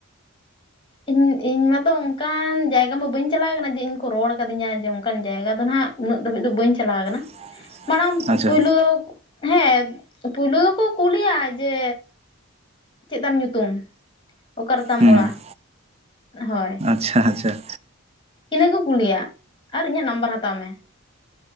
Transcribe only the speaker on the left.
ᱤᱧ ᱤᱧ ᱢᱟᱛᱚ ᱚᱱᱠᱟᱱ ᱡᱟᱭᱜᱟ ᱢᱟ ᱵᱟᱹᱧ ᱪᱟᱞᱟᱣ ᱠᱟᱱᱟ ᱡᱮ ᱤᱧ ᱠᱚ ᱨᱚᱲ ᱠᱟᱹᱫᱤᱧᱟ ᱡᱮ ᱚᱱᱠᱟᱱ ᱡᱟᱭᱜᱟ ᱫᱚ ᱱᱟᱸᱜ ᱩᱱᱟᱹᱜ ᱫᱷᱟᱹᱵᱤᱡ ᱫᱚ ᱵᱟᱹᱧ ᱪᱟᱞᱟᱣ ᱟᱠᱟᱱᱟ
ᱢᱟᱲᱟᱝ
ᱯᱩᱭᱞᱩ ᱫᱚᱠᱚ ᱦᱮᱸ ᱯᱩᱭᱞᱩ ᱫᱚᱠᱚ ᱠᱩᱞᱤᱭᱟ ᱡᱮ ᱪᱮᱜ ᱛᱟᱢ ᱧᱩᱛᱩᱢ ᱚᱠᱟ ᱨᱮᱛᱟᱢ
ᱚᱲᱟᱜ ᱦᱚᱭ
ᱤᱱᱟᱹ ᱠᱚ ᱠᱩᱞᱤᱭᱟ ᱟᱨ ᱤᱧᱟᱹᱜ ᱱᱟᱢᱵᱟᱨ ᱦᱟᱛᱟᱣ ᱢᱮ ᱾